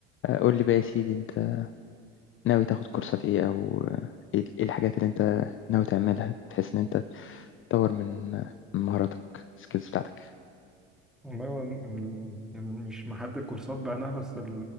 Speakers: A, on the left; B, in the centre.
A: آه، قول لي بقى يا سيدي انت ناوي تاخد كورسات ايه او آه، ايه ايه الحاجات اللي انت ناوي تعملها بحيث ان انت تطور من آه، من مهاراتك السكيلز بتاعتك
B: والله هو ال- يعني مش محدد كورسات بعينها بس ال-